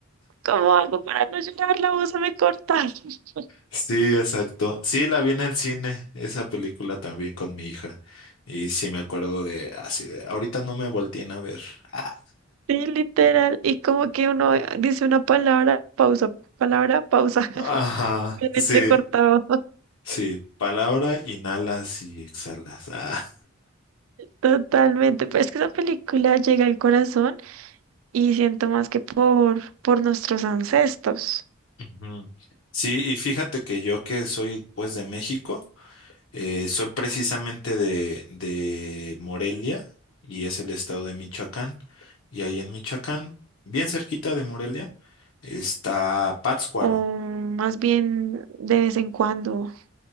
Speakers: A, on the right; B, on the left.
A: ¿cómo hago para no llorar? La voz se me corta. <laughs>
B: Sí, exacto. Sí, la vi en el cine, esa película también con mi hija. Y sí me acuerdo de así de, ahorita no me volteen a ver. Ah.
A: Sí, literal. Y como que uno dice una palabra, pausa, palabra, pausa, <laughs>
B: Ajá,
A: bien
B: sí,
A: entrecortado.
B: sí. Palabra, inhalas y exhalas. Ah.
A: Totalmente. Pero es que esa película llega al corazón y siento más que por, por nuestros ancestros.
B: Ujú. Sí, y fíjate que yo que soy pues de México. Eh, soy precisamente de, de Morelia y es el estado de Michoacán. Y ahí en Michoacán, bien cerquita de Morelia, está Pátzcuaro.
A: o más bien de vez en cuando